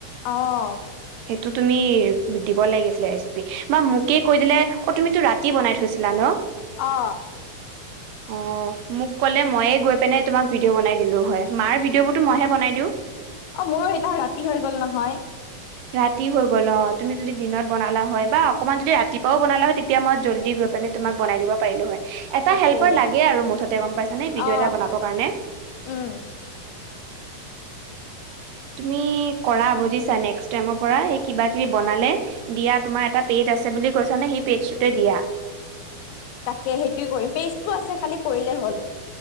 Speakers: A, on the left; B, on the right.
A: অহ'
B: এইটো তুমি দিব লাগিছিলে ৰেচিপি বা মোকেই কৈ দিলে, অ' তুমিতো ৰাতি বনাই থৈছিলা ন।
A: অ
B: অ' মোক ক'লে মইয়ে গৈ পিনেই তোমাক ভিডিঅ' বনাই দিলোঁ হয়। মাৰ ভিডিঅ' বোৰতো মইহে বনাই দিওঁ।
A: অ মোৰো সেইদিনাখন ৰাতি হৈ গ'ল নহয়
B: ৰাতি হৈ গ'ল। অ' তুমি যদি দিনত বনালা হয়। বাক অকণমাণ যদি ৰাতিপুৱাও বনালা হয় তেতি তেতিয়া, মই জল্দি গৈ পিনে তোমাক বনাই দিব পাৰিলোঁ হয়। এটা
A: তাকে
B: হেল্পাৰ লাগে আৰু মুঠতে গ'ম পাইছানে, ভিডিঅ'
A: অ
B: এটা বনাব কাৰণে।
A: উম
B: তুমি কৰা বু দিচ আনেক ষ্টেমৰ পৰা এই কিবা কিবি বনালে দিয়া তোমাৰ এটা পেট আছে বুলি কৈছা নে সেই পেজটোতে
A: তাকে,
B: দিয়া
A: সেইটো কৰি পেষ্টটো আছে, খালি কৰি এই হ'ল।